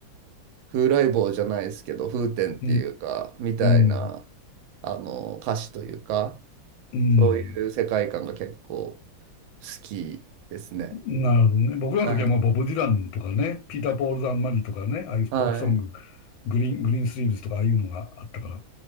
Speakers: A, on the right (about 80°); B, on the left (about 80°).
A: 風来坊じゃないですけど、風天っていうか、
B: うん、
A: みたいな、
B: うん、
A: あの、歌詞というか、
B: うん。
A: そういう世界観が結構、好きですね。
B: なるほどね。僕らの時はまあ、
A: はい。
B: ボブ・ディランとかね、ピーター・ポール・ザン・マリーとかね、ああいうフォークソング、
A: はい。
B: グリーン、グリーンスリーブスとかああいうのがあったから、